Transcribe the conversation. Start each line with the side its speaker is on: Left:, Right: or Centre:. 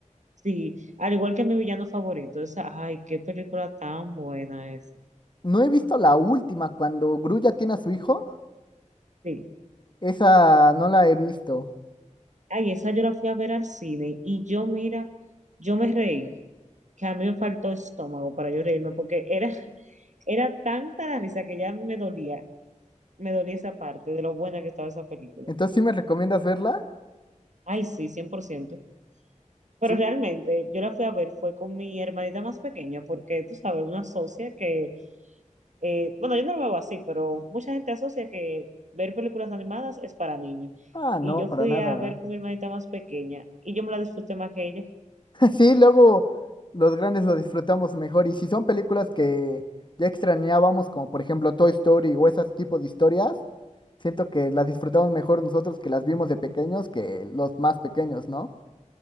Right: Sí, al igual que mi villano favorito, esa, ay, qué película tan buena esa.
Left: No he visto la última, cuando Gru ya tiene a su hijo,
Right: Sí,
Left: esa no la he visto.
Right: ay, esa yo la fui a ver al cine, y yo, mira, yo me reí, que a mí me faltó estómago para yo reírme, porque era, <laughs> era tanta la risa que ya me dolía, me dolía esa parte de lo buena que estaba esa película.
Left: Entonces, ¿sí me recomiendas verla?
Right: Ay, sí, cien por ciento Pero
Left: Sí.
Right: realmente yo la fui a ver fue con mi hermanita más pequeña, porque tú sabes, una asocia que, eh, bueno, yo no lo veo así, pero mucha gente asocia que ver películas animadas es para niños.
Left: Ah, no,
Right: Y yo
Left: para
Right: fui
Left: nada.
Right: a ver con mi hermanita más pequeña y yo me la disfruté más que ella.
Left: Sí, luego los grandes lo disfrutamos mejor y si son películas que ya extrañábamos, como por ejemplo Toy Story o ese tipo de historias, siento que las disfrutamos mejor nosotros que las vimos de pequeños que los más pequeños, ¿no?